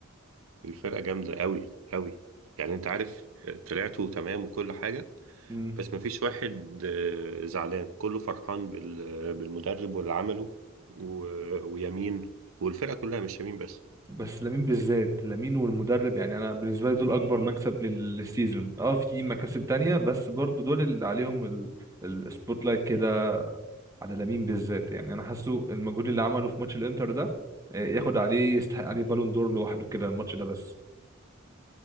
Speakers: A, on the right; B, on the right.
A: الفرقة جامدة قوي قوي يعني انت عارف آه، طلعتوا تمام وكل حاجة
B: مم.
A: بس مفيش واحد آه، زعلان كله فرحان بال- بالمدرب واللي عمله و- ويمين والفرقة كلها مش يمين بس
B: بس لامين بالذات لامين والمدرب يعني انا بالنسبة لي دول اكبر مكسب لل- للسيزون اه في مكاسب تانية بس برضو دول اللي عليهم ال- ال- السبوت لايت كده على لامين بالذات يعني انا حاسه المجهود اللي عمله في ماتش الانتر ده آه، ياخد عليه يستحق عليه بالون دور لوحده كده الماتش ده بس